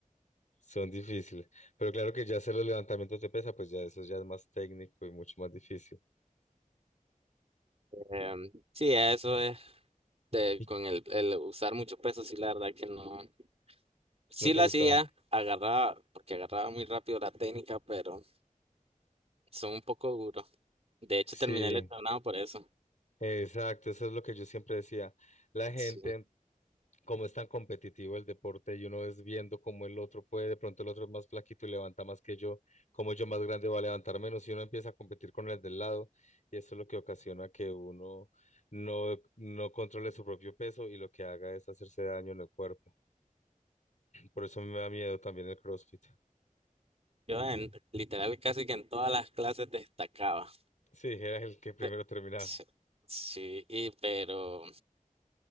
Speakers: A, on the left (about 60°); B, on the right (about 50°).
A: son difíciles. Pero claro que ya hacer los levantamientos de pesa, pues ya eso ya es más técnico y mucho más difícil.
B: Em, sí, eso es de,
A: ¿Y
B: con el, el usar mucho peso, sí, la verdad que no. Sí
A: ¿No te
B: lo
A: gustaba?
B: hacía, agarraba, porque agarraba muy rápido la técnica, pero son un poco duros. De hecho,
A: Sí,
B: terminé lesionado por eso.
A: exacto, eso es lo que yo siempre decía. La gente
B: Sí.
A: como es tan competitivo el deporte y uno es viendo cómo el otro puede, de pronto el otro es más flaquito y levanta más que yo, como yo más grande va a levantar menos y uno empieza a competir con el del lado y eso es lo que ocasiona que uno no, no controle su propio peso y lo que haga es hacerse daño en el cuerpo. Por eso me da miedo también el CrossFit.
B: Yo en, literal casi que en todas las clases destacaba.
A: Sí, era el que primero
B: Pe-
A: terminaba.
B: Sí, sí, y pero,